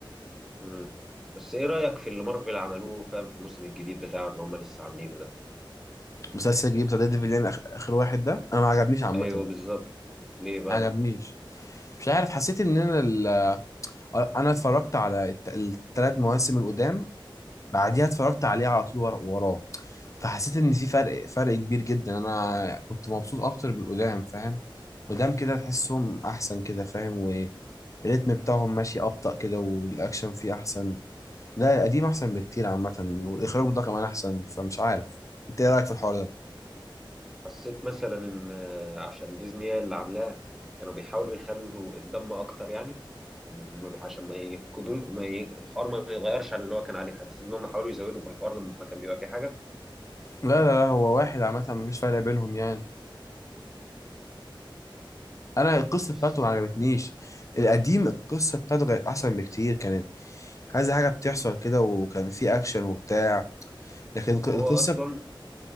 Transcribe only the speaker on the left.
مسلسل جديد بتاع دير ديفل اللي انا آخ- اخر واحد ده انا ما عجبنيش عامه
ما عجبنيش مش عارف حسيت ان انا ال... انا اتفرجت على الت... الثلاث مواسم القدام بعديها اتفرجت عليه على طول ورا- وراه فحسيت ان في فرق فرق كبير جدا انا كنت مبسوط اكتر بالقدام فاهم قدام كده تحسهم احسن كده فاهم والريتم بتاعهم ماشي ابطأ كده والاكشن فيه احسن لا القديم احسن بكتير عامه والاخراج ده كمان احسن فمش عارف انت ايه رايك في الحوار ده
لا لا لا هو واحد عامه مفيش فرق بينهم يعني انا القصه
بتاعته ما عجبتنيش القديم القصه بتاعته كانت احسن بكتير كانت عايزه حاجه بتحصل كده وكان في اكشن وبتاع لكن الق-
القصه